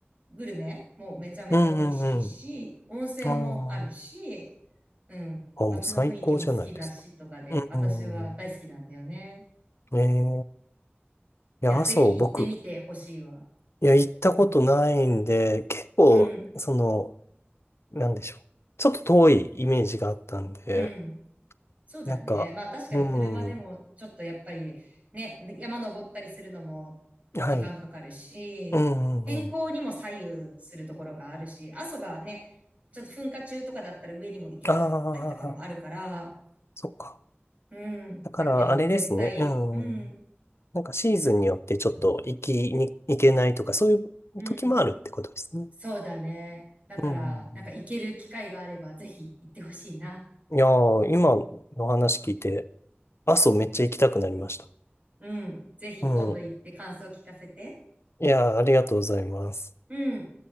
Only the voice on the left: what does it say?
うんうん
うん。ああ、
あ、もう最高じゃないですか。
うんうん
ええいや、
阿蘇、
僕、いや、行ったことないんで、結構、
その、なんでしょう。ちょっと遠いイメージがあったんで、
なんか、
うん、
はい。うんうんうん。
ああ、そっか。
だから、
あれですね。う
ん。なんかシーズンによってちょっと行きに行けないとか、
そういう時もあるってことですね。
うんうん
うん。いやー、今の話聞いて、阿蘇めっちゃ行きたくなりました。
うん。いやー、ありがとうございます。